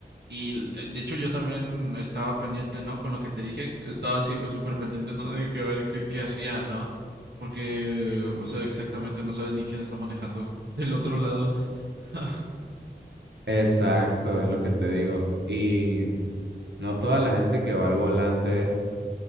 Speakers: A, on the right; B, on the right.
A: Y l- de hecho yo también estaba pendiente, ¿no? Con lo que te dije, estaba así súper pendiente, ¿no? De que a ver qué, qué hacía, ¿no? Porque, o sea, exactamente no sabes ni quién está manejando <laughs> del otro lado. <laughs>
B: Exacto, es lo que te digo. Y no toda la gente que va al volante